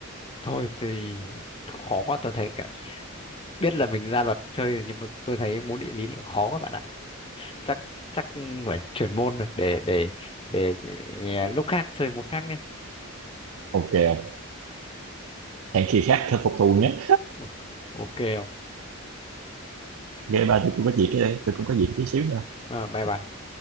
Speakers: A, on the left; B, on the right.
A: thôi thì khó quá tôi thấy cả biết là mình ra luật chơi rồi, nhưng mà tôi thấy môn địa lý thì khó các bạn ạ chắc chắc phải chuyển môn rồi để để để, để à, lúc khác chơi môn khác nhé
B: ok ông hẹn khi khác khắc phục thù nhé
A: ok ok không
B: game ba tôi cũng có việc cái tôi cũng có việc tí xíu nha
A: à, bye bye